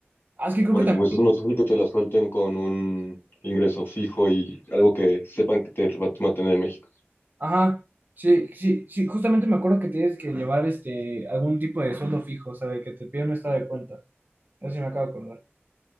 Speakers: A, on the right; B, on the left.
A: Ah, es que creo
B: porque
A: que también
B: pues es más fácil que te la suelten con un ingreso fijo y algo que sepan que te va a mantener en México.
A: Ajá, sí, sí, sí, justamente me acuerdo que tienes que llevar este algún tipo de sueldo fijo, o sea, de que te piden un estado de cuenta. Eso sí me acabo de acordar.